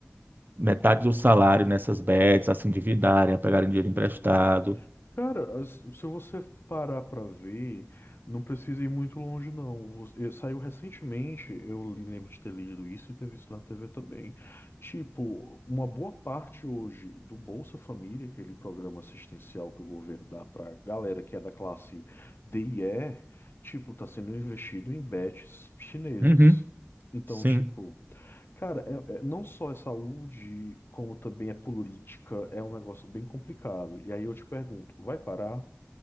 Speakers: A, on the right; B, on the left.
A: metade do salário nessas bets, a se endividarem, a pegarem dinheiro
B: Uhum.
A: emprestado.
B: Cara, as- se você parar pra ver, não precisa ir muito longe, não. Você- eh, saiu recentemente, eu li- lembro de ter lido isso e ter visto na TV também. Tipo, uma boa parte hoje do Bolsa Família, aquele programa assistencial que o governo dá pra galera que é da classe D e E, tipo, tá sendo investido em bets chinesas.
A: Uhum,
B: Então,
A: sim.
B: tipo. Cara, é- é- não só é saúde, como também é política, é um negócio bem complicado. E aí eu te pergunto, vai parar?